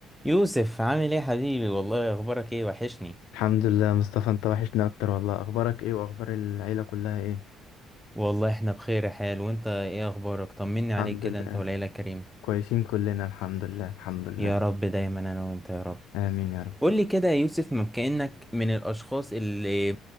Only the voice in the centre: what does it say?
يوسف عامل ايه يا حبيبي والله اخبارك ايه وحشني
والله احنا بخير يا حال وانت ايه اخبارك طمني
عليك كده
انت وليلى كريمة
يا رب دايما انا وانت يا رب
قول لي كده يا يوسف ما كأنك من الاشخاص اللي